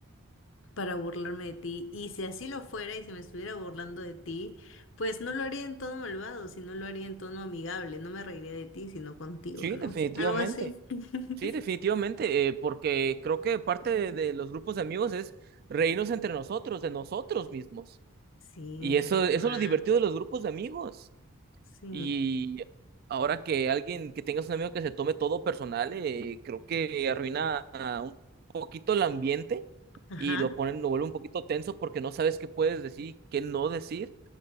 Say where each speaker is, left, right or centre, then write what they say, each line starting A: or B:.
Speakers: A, on the left (about 60°); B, on the right (about 45°).
A: para burlarme de ti, y si así lo fuera y si me estuviera burlando de ti, pues no lo haría en tono malvado, sino lo haría en tono amigable, no me reiría de ti, sino contigo,
B: sí,
A: ¿no?
B: definitivamente.
A: Algo así. <laughs>
B: Sí, definitivamente, eh, porque creo que parte de, de los grupos de amigos es reírnos entre nosotros, de nosotros mismos.
A: Sí,
B: Y eso,
A: tal
B: eso
A: cual.
B: es lo divertido de los grupos de amigos.
A: Sí,
B: Y ahora que alguien, que tengas un amigo que se tome todo personal, eh, creo que arruina ah, un poquito el ambiente
A: ajá,
B: y lo ponen, lo vuelve un poquito tenso porque no sabes qué puedes decir y qué no decir,